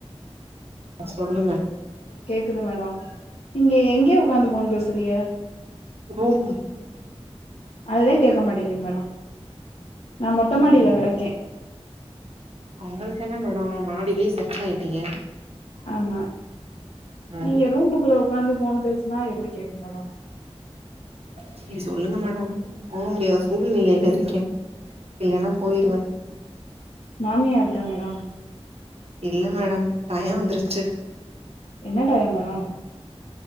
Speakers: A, on the right; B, on the left.
A: சொல்லுங்க
B: கேக்குதா மேடம் நீங்க எங்கே உக்காந்து போன் பேசுறீக
A: ரூமு
B: அதுவே கேக்க மாட்டேங்குது மேடம் நான் மொட்ட மாடியில கெடக்கேன்
A: உங்களுக்கு என்ன மேடம் மாடியிலயே செட்லாகிட்டீங்க
B: ஆமா
A: ம்
B: நீங்க ரூம்புக்குள்ள உக்காந்து போன் பேஸ்னா எப்டி கேக்கும் மேடம்
A: சேரி சொல்லுங்க மேடம் போக முடியாத சூழ்நிலையில இருக்கேன் இல்லன்னா போயிருவேன்
B: மாமியா இருக்கா மேடம்
A: இல்ல மேடம் டையம் வந்துருச்சு
B: என்ன டைய மேடம்